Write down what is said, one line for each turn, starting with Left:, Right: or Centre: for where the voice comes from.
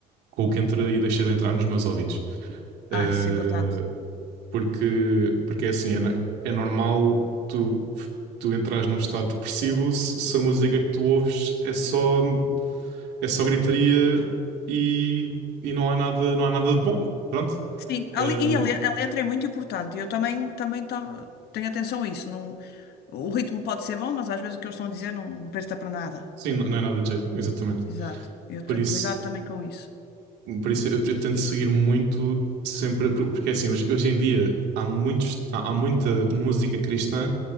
Right: com o que entra e deixa de entrar nos meus ouvidos. Eh,
Left: Ah, isso é importante.
Right: porque, porque é assim, é, na- é normal tu, tu entrares num estado depressivo se, se a música que tu ouves é só, é só gritaria e, e não há nada, não há nada de bom.
Left: Sim,
Right: Pronto.
Left: Sim, a
Right: Ahm,
Left: le- e a, le- a letra é muito importante. Eu também, também to- tenho atenção a isso. Não, o ritmo pode ser bom, mas às vezes o que eles estão a dizer não presta para nada.
Right: sim, não não é nada de jeito, exatamente.
Left: Exato. Eu
Right: Por
Left: tenho
Right: isso,
Left: cuidado também com isso.
Right: por isso eu, eu tento seguir muito sempre, por- porque é assim, hoje, hoje em dia há muitos, há, há muita música cristã